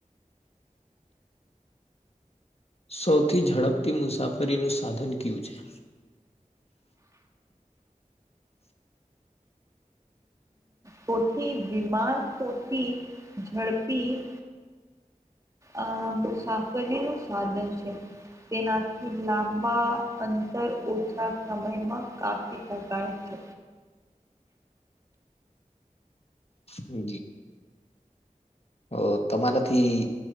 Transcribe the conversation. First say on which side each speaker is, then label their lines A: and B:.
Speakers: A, on the left (about 45°); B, on the right (about 25°).
A: સૌથી ઝડપથી મુસાફરીનું સાધન ક્યુ છે?
B: સૈથી વિમાન સૈથી ઝડપી આ મુસાફરી નું સાધન છે. તેનાથી લાંબા અંતર ઓછા સમયમાં કાપી શકાય છે.
A: હા જી હ તમારાથી